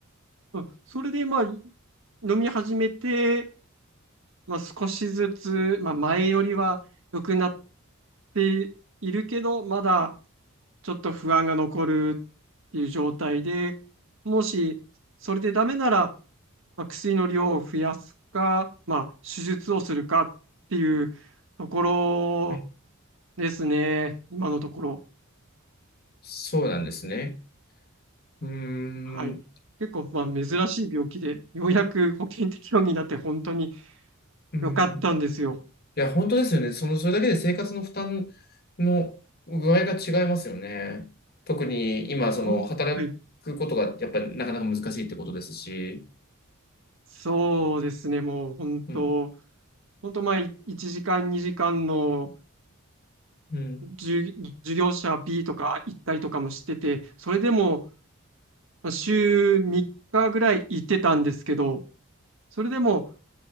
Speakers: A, on the right; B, on the left.
A: うんそれで、まあ、飲み始めて、まあ、少しずつ、まあ、前よりは良くなっているけど、まだちょっと不安が残るっていう状態で、もしそれでダメなら、まあ、薬の量を増やすか、まあ、手術をするかっていうところ
B: はい。
A: ですね、今のところ。
B: そうなんですね。うーん、
A: はい。結構、まあ、珍しい病気で、ようやく保険適用になって本当に
B: うーん。
A: 良かったんですよ。
B: いや、本当ですよね。その、それだけで生活の負担の具合が違いますよね。特に今、その、
A: ほん、
B: 働くことがやっぱりなかなか難しいってことですし。
A: はい。そうですね、もう本当、
B: うん。
A: 本当、まあ、い1時間、2時間の
B: うん。
A: 授授業者 B とか行ったりとかもしてて、それでも、まあ週3日ぐらい行ってたんですけど、それでも、